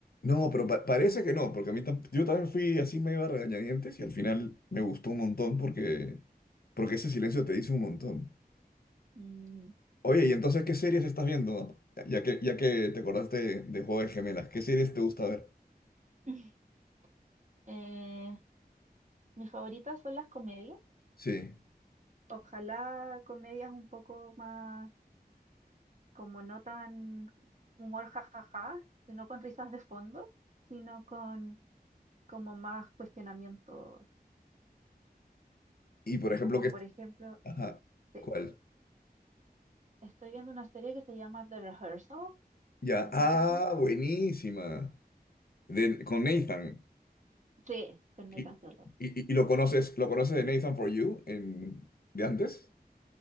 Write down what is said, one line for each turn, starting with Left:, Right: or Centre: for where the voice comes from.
Left: No, pero pa- parece que no, porque a mí tam- yo también fui así medio a regañadientes y al final me gustó un montón porque, porque ese silencio te dice un montón.
Right: Mm.
Left: Oye, ¿y entonces qué series estás viendo? Ya que, ya que te acordaste de Juego de Gemelas, ¿qué series te gusta ver?
Right: <laughs> Eh, mis favoritas son las comedias.
Left: Sí.
Right: Ojalá comedias un poco más, como no tan humor jajaja, sino con risas de fondo, sino con como más cuestionamientos.
Left: Y por ejemplo,
Right: Como
Left: ¿qué?
Right: por ejemplo,
Left: Ajá,
Right: sí,
Left: ¿cuál?
Right: estoy viendo una serie que se llama The Rehearsal.
Left: Ya.
Right: No sé
Left: Ah,
Right: si te suena.
Left: buenísima. De, con Nathan.
Right: Sí, con
Left: ¿Y,
Right: Nathan Fielder.
Left: y, y- y lo conoces, lo conoces de Nathan For You en, de antes?